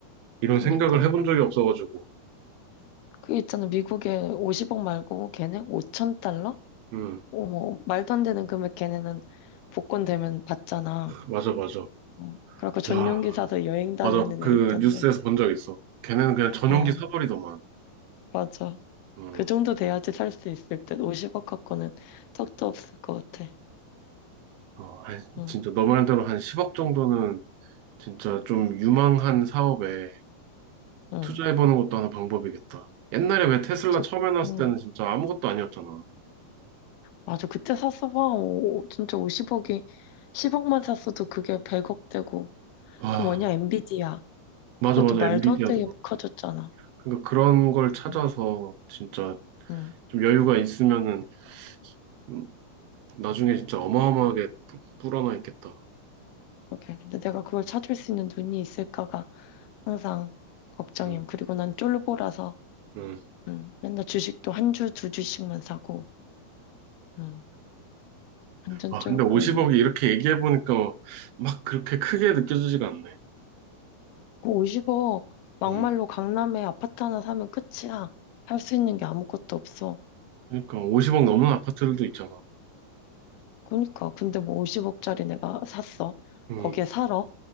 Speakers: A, on the right; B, on the left.
A: 이런
B: 그니까.
A: 생각을 해본 적이 없어가지고.
B: 그 있잖아. 미국에 50억 말고 걔네 5천 달러?
A: 음,
B: 어머, 말도 안 되는 금액 걔네는 복권 되면 받잖아.
A: 맞아, 맞아.
B: 어, 그래갖고 전용기
A: 와,
B: 사서 여행 다니는
A: 맞아. 그
B: 애 있던데.
A: 뉴스에서 본 적 있어. 걔네는 그냥 전용기
B: 어,
A: 사버리더만.
B: 맞아.
A: 음,
B: 그 정도 돼야지 살 수 있을 듯. 50억 갖고는 턱도 없을 것 같아.
A: 어, 아이,
B: 응,
A: 진짜 너 말대로 한 10억 정도는 진짜 좀 유망한 사업에
B: 응.
A: 투자해보는 것도 하나 방법이겠다. 옛날에 왜 테슬라
B: 즉,
A: 처음 해놨을
B: 응.
A: 때는 진짜 아무것도 아니었잖아.
B: 맞아. 그때 샀어 봐. 오, 진짜 50억이 10억만 샀어도 그게 100억 되고.
A: 아,
B: 그 뭐냐, 엔비디아.
A: 맞아,
B: 그것도
A: 맞아.
B: 말도
A: 엔비디아도
B: 안 되게
A: 그렇고.
B: 커졌잖아.
A: 그러니까 그런 걸 찾아서
B: 응,
A: 진짜
B: 응.
A: 좀 여유가 있으면은 음, 나중에 진짜 어마어마하게 뿌- 불어나 있겠다.
B: 그렇게. 근데 내가 그걸 찾을 수 있는 눈이 있을까가 항상 걱정임.
A: 음,
B: 그리고 난 쫄보라서,
A: 음.
B: 응. 맨날 주식도 한 주, 두 주씩만 사고, 응. 완전
A: 아,
B: 쫄보임.
A: 근데 50억이 이렇게 얘기해보니까 막 그렇게 크게 느껴지지가 않네.
B: 그 50억 막말로
A: 음.
B: 강남에 아파트 하나 사면 끝이야. 할 수 있는 게 아무것도 없어.
A: 그러니까 50억 넘는 아파트들도 있잖아.
B: 그러니까 근데 뭐 50억짜리 내가 샀어.
A: 음,
B: 거기에 살아.